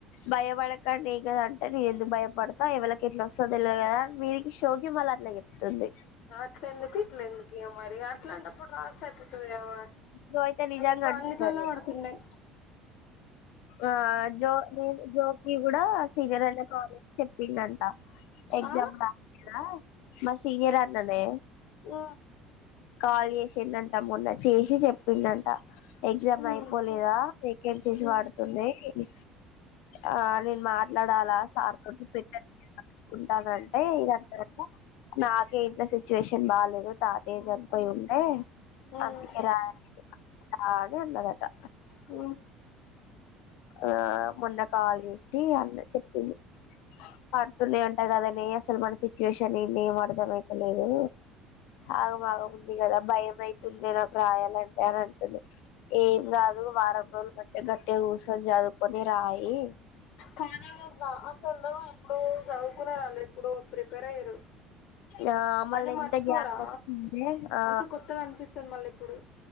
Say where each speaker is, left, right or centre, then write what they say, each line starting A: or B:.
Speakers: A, on the left; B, on the left.
A: భయపడకండి ఎం కదూ అంటే నిను ఎందుకు భయపడుతా ఇవళకే ఇట్లా వస్తదో తెలువదు కదా మీదికి షో కి మళ్ళ అట్లా చెప్తుంది
B: ఆట్ల ఎందుకు ఇట్ల ఎందుకు మరి అట్లాంటప్పుడు రాస్తే అయిపోతది కదా మర్
A: జో అయితే నిజంగా
B: అది ఇప్పుడు
A: అంటున్నది
B: అన్నిట్లల్ల పడుతున్నాయి
A: ఆ జో జీ జోకి కూడా సీగరనే కాలే చెప్పిండంట ఎగ్జామ్
B: ఆ
A: రాయరా మా సీనియర్ అన్ననే
B: ఓ
A: కాల్ చేసిండట మొన్న చేసి చెప్పిండంట ఎగ్జామ్
B: ఉమ్
A: అయిపోలేదా సెకండ్ చేసి
B: ఉమ్
A: వాడు ఏంటి ఆ నేను మాట్లాడు జాలా సార్ తోటి పెట్టనుకుంటంటే ఇదంత నార్ కే ఇంట్ల సిచ్యువేషన్ బాలేదు తాతయ్య చనిపోయి ఉంటే
B: ఉమ్
A: అందుకే రాయలేదు అదే అన్నదటా
B: సు
A: ఆ మొన్న కాల్ చేసి అన్న కు చెప్పింది పడుతునే ఉంటగాదనే అసలు మన సిచువేషన్ ఏంది ఏం అర్ధం అయితలేదు ఆగంమాగం ఉంది కదా భయం అయితుందే నాకు రాయాలంటే అని అంటుంది ఏం కాదు వారం రోజులు గట్టే గట్టే కూర్చొని చదువుకొని రాయి
B: కానీ వొళ్ల అసలు ఎప్పుడో చదువుకునే వాళ్ళు ఎప్పుడో ప్రిపేర్ అయ్యారు
A: ఆ మళ్ళా
B: అన్ని
A: ఎంత
B: మర్చిపోరా
A: గ్యాప్ వచ్చిందే ఆ
B: అంత కొత్తగా అనిపిస్తుంది మళ్ళీ ఇప్పుడు